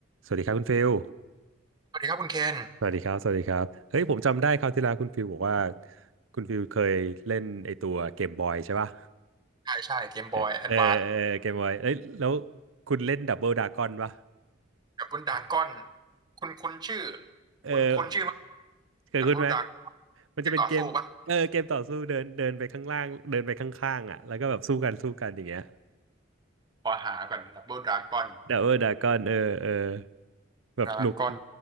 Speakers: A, on the right (about 85°); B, on the right (about 20°).
A: สวัสดีครับคุณฟิล
B: สวัสดีครับคุณเคน
A: สวัสดีครับ สวัสดีครับเฮ้ยผมจำได้คราวที่แล้วคุณฟิลบอกว่าคุณฟิลเคยเล่นไอตัวเกมบอยใช่ป่ะ
B: ใช่ใช่เกมบอยแอดวานซ์
A: เออเออเออเกมบอยเอ้ยแล้วคุณเล่นดับเบิลดากอนป่ะ
B: แบบบุนดากอนคุณคุณชื่อ
A: เออ
B: คุณคุณชื่อมั้ย
A: เคยคุ้นไหม
B: แบบบุนดากเ
A: มันจะเป็นเกมเออเกมต่อสู้เดินเดินไปข้างล่างเดินไปข้างๆอ่ะแล้วก็แบบสู้กันสู้กันอย่างเงี้ย
B: กมต่อสู้ปะขอหาก่อนดับบบุลดรากอน
A: ดับเบิลดากอนเออเออแบบหนุก
B: ดรากอน